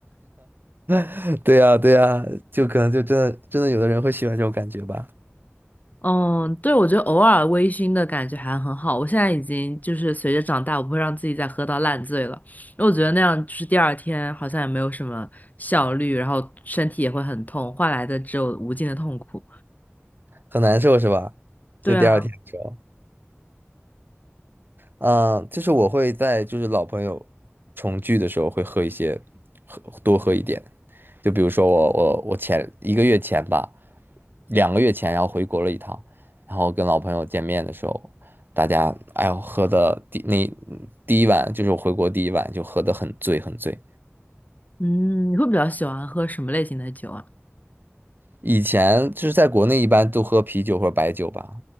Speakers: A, on the right; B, on the left.
A: <laughs> 对呀，对呀，就可能就真的真的有的人会喜欢这种感觉吧，
B: 嗯，对，我觉得偶尔微醺的感觉还很好。我现在已经就是随着长大，我不会让自己再喝到烂醉了，因为我觉得那样就是第二天好像也没有什么效率，然后身体也会很痛，换来的只有无尽的痛苦。
A: 很难受是吧？
B: 对啊，
A: 就第二天的时候。嗯，呃就是我会在就是老朋友重聚的时候会喝一些，喝多喝一点。就比如说我我我前一个月前吧，两个月前，然后回国了一趟，然后跟老朋友见面的时候，大家哎呦喝的第那第一晚就是我回国第一晚就喝的很醉很醉。
B: 嗯，你会比较喜欢喝什么类型的酒啊？
A: 以前就是在国内一般都喝啤酒或者白酒吧，